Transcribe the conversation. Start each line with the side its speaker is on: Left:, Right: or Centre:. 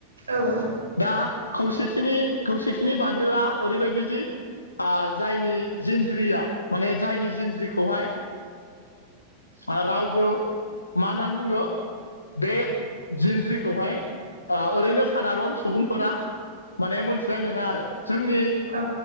Right: औ ओ
Left: दा खौसेथिनि खौसेथिनि बान्दोआ ओरैबायदि जि आ जायनि जिन्ज्रिया माने जायनि जिन्ज्रिखौहाय ओ रावबो मा होननानै बुङो बे जिनज्रिखौहाय ओ ओरैनो सादारन सुबुंफोरा माने मोनथिनाय नोङा आरो जोंनि
Right: औ